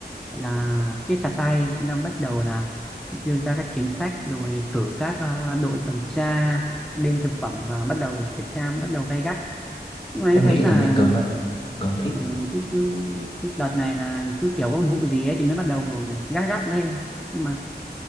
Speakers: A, in the centre; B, on the left.
A: là siết chặt tay cũng đang bắt đầu là đưa ra các chính sách rồi cử các à, đội tuần tra bên thực phẩm và bắt đầu kiểm tra bắt đầu gay gắt nhưng mà
B: em
A: anh thấy
B: nghĩ là
A: là
B: nên cần đó cần thiết
A: ừ, cứ, cứ, cứ đợt này là cứ kiểu có vụ gì ấy thì mới bắt đầu gắt gắt lên nhưng mà